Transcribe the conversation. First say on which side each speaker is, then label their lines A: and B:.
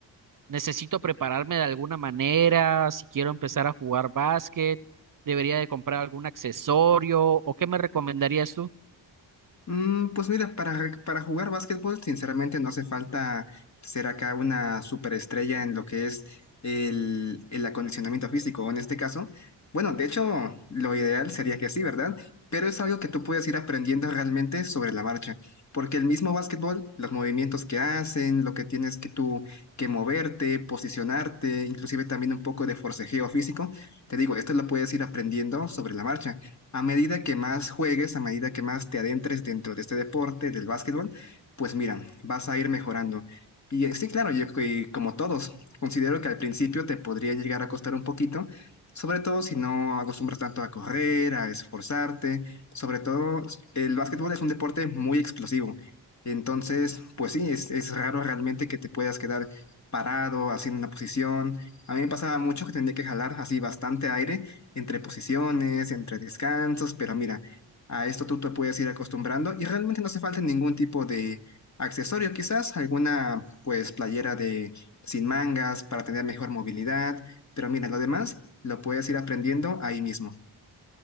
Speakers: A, on the right; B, on the left.
A: necesito prepararme de alguna manera si quiero empezar a jugar básquet? ¿Debería de comprar algún accesorio o qué me recomendarías tú?
B: Mm, pues mira, para, re- para jugar básquetbol, sinceramente no hace falta ser acá una superestrella en lo que es el, el acondicionamiento físico, o en este caso. Bueno, de hecho, lo ideal sería que sí, ¿verdad? Pero es algo que tú puedes ir aprendiendo realmente sobre la marcha, porque el mismo básquetbol, los movimientos que hacen, lo que tienes que tú que moverte, posicionarte, inclusive también un poco de forcejeo físico, te digo, esto lo puedes ir aprendiendo sobre la marcha a medida que más juegues, a medida que más te adentres dentro de este deporte, del básquetbol, pues mira, vas a ir mejorando. Y eh, sí, claro, yo que- como todos, considero que al principio te podría llegar a costar un poquito, sobre todo si no acostumbras tanto a correr, a esforzarte, sobre todo el básquetbol es un deporte muy explosivo. Entonces, pues sí, es, es raro realmente que te puedas quedar parado, haciendo una posición. A mí me pasaba mucho que tenía que jalar así bastante aire entre posiciones, entre descansos, pero mira, a esto tú te puedes ir acostumbrando y realmente no hace falta ningún tipo de accesorio, quizás alguna pues playera de sin mangas para tener mejor movilidad, pero mira, lo demás lo puedes ir aprendiendo ahí mismo.